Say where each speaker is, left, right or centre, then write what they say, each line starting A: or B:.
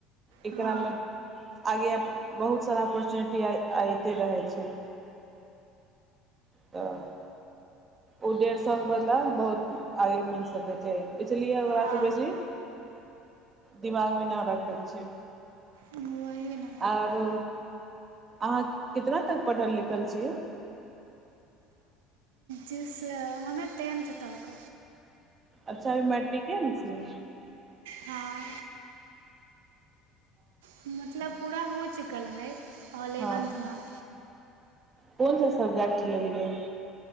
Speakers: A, on the right; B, on the right.
A: एकरामे
B: हँ
A: आगे बहुत सारा ऑर्चुनिटी आइते रहै छै हँ ओ डेढ़ सए के बदला बहुत आगे मिल सकै छै इसलिए ओकरासँ
B: हँ
A: बेसी दिमागमे न रखै छै
B: वही ने
A: आरो अहाँ कितना तक पढ़ल लिखल छियै
B: जसे हमे टेन्थ तक
A: अच्छा अभी मैट्रिके नसियै
B: हँ ख ब च रह ख रह
A: हँ
B: ख ख
A: कोन सा सब्जेक्ट लेलियै